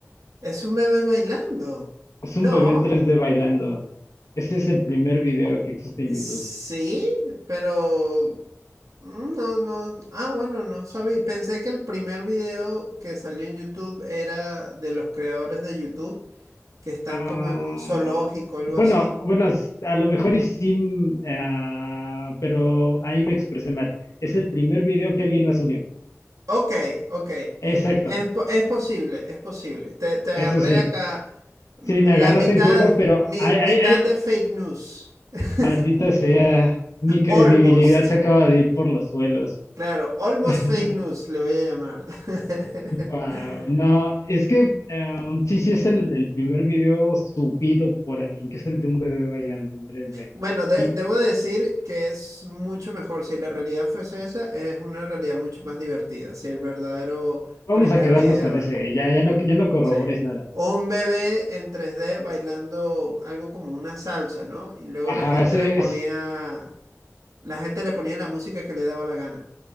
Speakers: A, on the right (about 75°); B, on the left (about 65°).
A: Es un bebé bailando.
B: Es
A: No,
B: un bebé en tres d bailando. Ese es el primer video que existe en
A: sí,
B: YouTube.
A: pero mm, no, no. Ah, bueno, no sabía. Pensé que el primer video que salió en YouTube era de los creadores de YouTube que están
B: Ah,
A: como en un zoológico, algo
B: bueno,
A: así.
B: bueno, s- a lo mejor y sí, mm, ah, pero ahí me expresé mal. Es el primer video que alguien más subió.
A: Ok, ok.
B: Exacto,
A: Es, po- es posible, es posible. Te, te agarré
B: eso sí.
A: acá mm,
B: Sí, me
A: la
B: agarraste
A: mitad,
B: en curva, pero
A: mi-
B: ay,
A: mitad
B: ay, ay,
A: de fake news. <laughs>
B: maldita sea, mi credibilidad
A: Almost.
B: se acaba de ir por los suelos.
A: Claro, almost
B: <laughs>
A: fake news le voy a llamar. <laughs>
B: Wow, no, es que ah, sí, sí es el, el primer video subido por alguien, que es el de un bebé bailando en 3D.
A: Bueno, de-
B: Y
A: debo decir que es mucho mejor. Si la realidad fuese esa, es una realidad mucho más divertida. Si el verdadero
B: vamos
A: primer
B: a quedarnos
A: video,
B: con ese, ya, ya no, ya no corrobores
A: sí.
B: nada.
A: un bebé en tres d bailando algo como una salsa, ¿no? Y luego
B: Ajá,
A: la gente
B: ese
A: le ponía,
B: es,
A: la gente le ponía la música que le daba la gana.